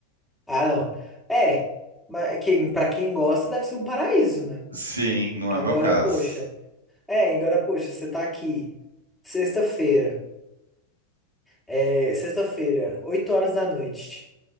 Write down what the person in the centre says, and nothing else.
Ah, não. É, mas quem, pra quem gosta deve ser um paraíso, né?
Agora,
poxa. É, agora, poxa, você tá aqui. Sexta-feira. É, sexta-feira, Oito horas da noite.